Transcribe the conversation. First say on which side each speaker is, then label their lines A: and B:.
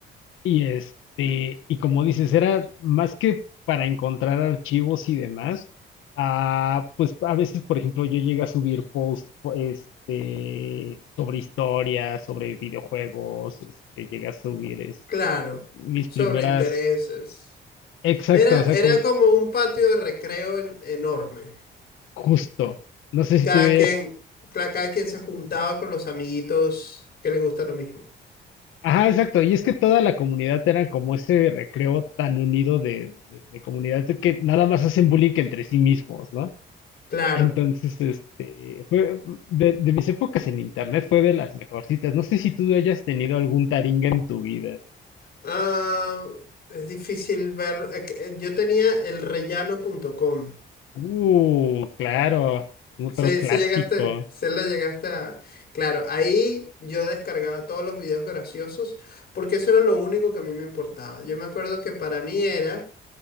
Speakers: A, on the left; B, on the left.
A: Y este, y como dices, era más que para encontrar archivos y demás, ah, pues a veces, por ejemplo, yo llegué a subir posts po- este, sobre historias, sobre videojuegos, este, llegué a subir este,
B: Claro.
A: mis
B: Sobre
A: primeras,
B: intereses.
A: exacto,
B: Era,
A: o sea,
B: era
A: como
B: como un patio de recreo en- enorme.
A: justo, no sé
B: Y
A: si
B: cada
A: tú ves,
B: quien, cla- cada quien se juntaba con los amiguitos que le gusta lo mismo.
A: ajá, exacto, y es que toda la comunidad era como ese recreo tan unido de, de, de comunidad de que nada más hacen bullying entre sí mismos, ¿no?
B: Claro.
A: Entonces, este, fue de, de mis épocas en internet fue de las mejorcitas. No sé si tú hayas tenido algún taringa en tu vida.
B: Ah, es difícil ver. eh, que- eh, Yo tenía el rellano.com.
A: Uh, claro, otro
B: Sí,
A: clásico.
B: sí llegaste, se le llegaste a... Claro, ahí yo descargaba todos los videos graciosos porque eso era lo único que a mí me importaba. Yo me acuerdo que para mí era